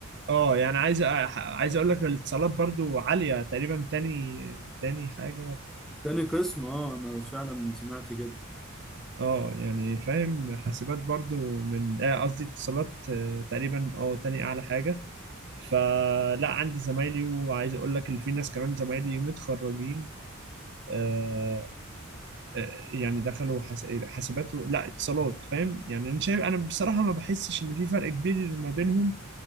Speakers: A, on the right; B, in the centre.
A: اه يعني عايز أ- عايز اقول لك الاتصالات برضو عالية تقريبا تاني تاني حاجة
B: تاني قسم اه انا فعلا سمعت كده
A: اه يعني فاهم حاسبات برضو من آه، قصدي اتصالات آه، تقريبا اه تاني اعلى حاجة فلا عندي زمايلي وعايز اقول لك اللي في ناس كمان زمايلي متخرجين آه، آه، يعني دخلوا حس- حاسبات و- لا اتصالات فاهم يعني انا شايف انا بصراحة ما بحسش ان في فرق كبير ما بينهم